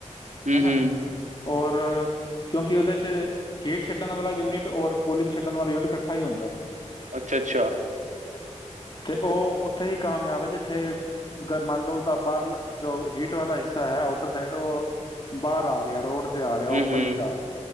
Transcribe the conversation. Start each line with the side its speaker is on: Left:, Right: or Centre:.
Right: ਹੂੰ
Left: ਹੈਣਾ
Right: ਹੂੰ
Left: ਹੋਰ। ਹੰ ਕਿਉਂਕਿ ਉਹਦੇ ਚ ਹੀਟ ਛੱਡਣ ਵਾਲਾ ਯੂਨਿਟ ਔਰ ਕੂਲਿੰਗ ਛੱਡਣ ਵਾਲਾ ਯੂਨਿਟ ਕ ਇਕੱਠਾ ਹੀ ਹੁੰਦਾ ਹੈ।
Right: ਅੱਛਾ, ਅੱਛਾ।
Left: ਤੇ ਉਹ ਉੱਥੇ ਹੀ ਕਾਮਯਾਬ ਹੈ ਜਿੱਥੇ ਮੰਨ ਲਓ ਓਦਾ ਬਾਹਰਲਾ ਜੋ ਹੀਟ ਵਾਲਾ ਹਿੱਸਾ ਹੈ ਆਊਟਰ ਸਾਈਡ ਉਹ ਬਾਹਰ ਆ ਰਿਹਾ ਰੋਡ ਤੇ ਆ ਰਿਹਾ
Right: ਹੂੰ
Left: ਓਪਨ
Right: ਹੂੰ
Left: ਇਚ ਆ ਰਿਹਾ।